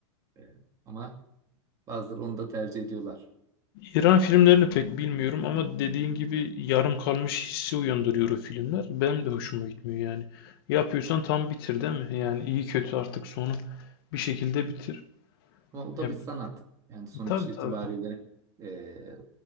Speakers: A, on the right; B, on the left.
A: E, ama bazıları onu da tercih ediyorlar.
B: İran filmlerini pek bilmiyorum ama dediğin gibi yarım kalmış hissi uyandırıyor o filmler. Benim de hoşuma gitmiyor yani. Yapıyorsan tam bitir değil mi? Yani iyi kötü artık sonu bir şekilde bitir.
A: Ama o da
B: Ya,
A: bir sanat. Yani sonuç
B: tabii
A: itibariyle
B: tabii.
A: e,